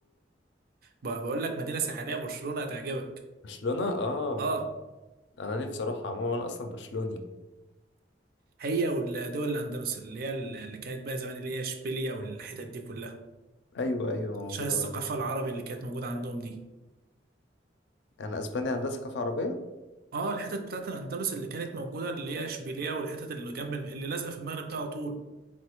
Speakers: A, on the right; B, on the left.
A: ب- بقول لك مدينه ساحليه برشلونه هتعجبك
B: وبرشلونة آه
A: اه
B: أنا نفسي أروحها عموما أنا أصلا برشلوني
A: هي والدول الاندلس اللي هي ال- اللي كانت بقى زمان اللي هي اشبيليه والحتت دي كلها
B: أيوه أيوه موجودة
A: عشان الثقافه
B: برضه
A: العربي اللي كانت موجوده عندهم دي
B: أنا إسبانيا عندها ثقافة عربية
A: اه الحتت بتاعت الاندلس اللي كانت موجوده اللي هي اشبيليه والحتت اللي جنب الم... اللي لازقه في المغرب ده على طول